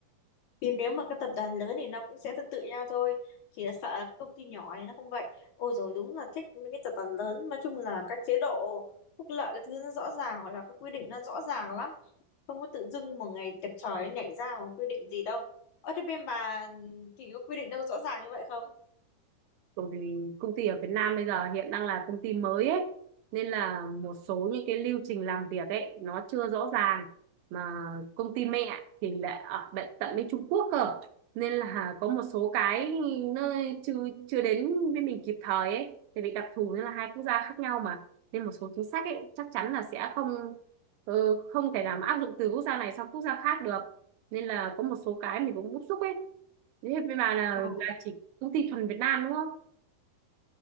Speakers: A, on the left; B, on the right.
A: Vì nếu mà các tập đoàn lớn thì nó cũng sẽ tương tự nhau thôi. Chỉ là sợ là các công ty nhỏ thì nó không vậy. Ôi rồi đúng là thích mấy cái tập đoàn lớn. Nói chung là các chế độ phúc lợi cái thứ nó rõ ràng hoặc là các quy định nó rõ ràng lắm. Không có tự dưng một ngày đẹp trời nhảy ra một quy định gì đâu. Ở thế bên bà ừ, thì có quy định nó có rõ ràng như vậy không?
B: bởi vì công ty ở Việt Nam bây giờ hiện đang là công ty mới ấy nên là một số những cái lưu trình làm việc ấy nó chưa rõ ràng mà công ty mẹ thì lại ở bệ- tận bên Trung Quốc cơ nên là có một số cái nơi chưa chưa đến với mình kịp thời ấy thì bị đặc thù nên là hai quốc gia khác nhau mà nên một số chính sách ấy chắc chắn là sẽ không ờ, không thể nào mà áp dụng từ quốc gia này sang quốc gia khác được nên là có một số cái mình cũng bức xúc ấy thế bên bà là
A: Ừ.
B: là chỉ công ty thuần Việt Nam đúng không